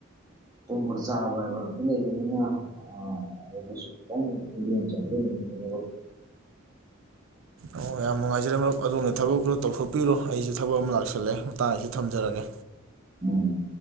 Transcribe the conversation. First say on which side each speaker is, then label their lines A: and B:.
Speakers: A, on the right (about 20°); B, on the right (about 75°).
A: ꯇꯨꯝꯕ ꯆꯥꯕ ꯍꯥꯏꯕ ꯃꯥꯁꯨ ꯂꯩꯕꯅꯤꯅ ꯑꯥ ꯑꯗꯨꯁꯨ ꯈꯤꯇꯪ ꯌꯦꯡ <unintelligible>
B: ꯑꯣ ꯌꯥꯝ ꯅꯨꯡꯉꯥꯏꯖꯔꯦ ꯃꯔꯨꯞ ꯑꯗꯣꯝꯒꯤ ꯊꯕꯛꯇꯣ ꯇꯧꯊꯣꯛꯄꯤꯔꯣ ꯑꯩꯖꯨ ꯊꯕꯛ ꯑꯃ ꯂꯥꯛꯁꯜꯂꯦ ꯃꯇꯥꯡ ꯑꯁꯤ ꯊꯝꯖꯥꯔꯒꯦ
A: ꯎꯝ